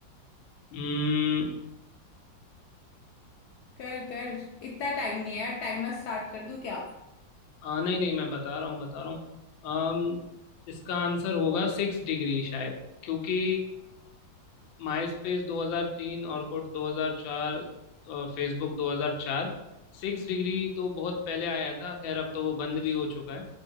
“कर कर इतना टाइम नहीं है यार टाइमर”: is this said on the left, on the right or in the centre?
Left